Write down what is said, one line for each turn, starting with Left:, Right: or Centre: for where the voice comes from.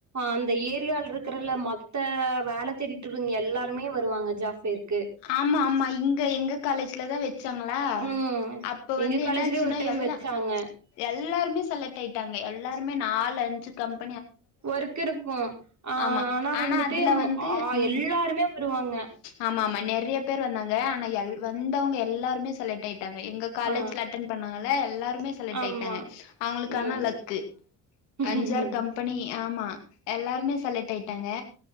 Right: அந்த ஏரியாவில் இருக்கறல மொத்த வேல தேடிட்டு இருக்கறவங்க எல்லாருமே வருவாங்க ஜாப்க்கு
Left: ஆமா ஆமா இங்க எங்க காலேஜ்ல தா வச் வச்சாங்களா
Right: ம்
Left: அப்ப
Right: எங்க
Left: வந்து
Right: காலேஜ்லயே
Left: என்னாச்சுன்னா
Right: ஒரு டைம்
Left: எல்லா
Right: வச்சாங்க
Left: எல்லாருமே செல்க செலக்ட் ஆயிட்டாங்க எல்லாருமே நாலு அஞ்சு கம்பெ
Right: ஒர்க்கு இருக்கும் ஆ
Left: ஆமா
Right: ஆனா வந்துட்டு
Left: அதுல வந்து
Right: அ
Left: ம்
Right: எல்லாருமே வருவாங்க
Left: ஆமா ஆமா நெறைய பேர் வந்தாங்க ஆனா எல் வந்தவங்க எல்லாருமே செலக்ட் எங்க காலேஜ்ல
Right: ஆ
Left: அட்டென் பண்ணுணாங்கள எல்லாருமே செலக்ட்
Right: ஆமா
Left: ஆயிட்டாங்க அவங்களுக்கு
Right: ம்
Left: ஆனா லக்கு
Right: ம்
Left: அஞ்சு ஆறு கம்பெனி ஆமா எல்லாருமே செலக்ட் ஆயிட்டாங்க